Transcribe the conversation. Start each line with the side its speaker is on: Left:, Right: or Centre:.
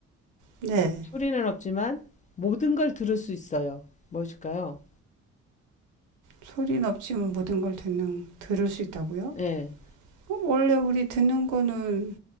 Right: 네.
Left: 소리는 없지만 모든 걸 들을 수 있어요. 무엇일까요?
Right: 소리는 없지만 모든 걸 듣는, 들을 수 있다고요?
Left: 네,
Right: 어, 원래 우리 듣는 거는